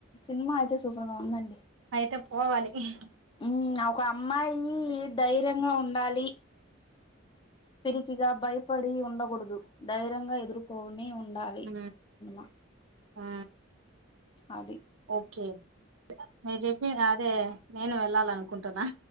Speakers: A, on the left (about 25°); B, on the right (about 70°).
A: సినిమా అయితే సూపర్ గా ఉందండి.
B: అయితే పోవాలి ఇహ్
A: ఊ ఒక అమ్మాయి ధైర్యంగా ఉండాలి. పిరికిగా భయపడి ఉండగూడదు ధైర్యంగా ఎదుర్కొని ఉండాలి.
B: ఊ
A: సినిమా
B: ఊ
A: పది
B: ఓకే మీరు చెప్పి అదే నేను వెళ్ళాలనుకుంటున్నా